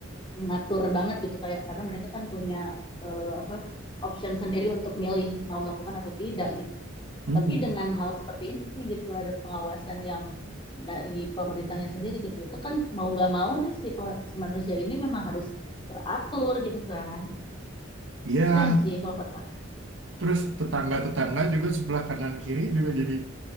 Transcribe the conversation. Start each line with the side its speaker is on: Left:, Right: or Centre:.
Left: mengatur banget gitu kayak karena mereka kan punya eh, apa option sendiri untuk milih mau melakukan atau tidak gitu.
Right: Hmm,
Left: Tapi dengan hal seperti ini gitu ada pengawasan yang dari pemerintahnya sendiri gitu. Itu kan mau nggak mau deh si pe- si manusia ini memang harus teratur gitu kan.
Right: Iya.
Left: Keren sih kalau kata.
Right: Terus tetangga-tetangga juga sebelah kanan kiri juga jadi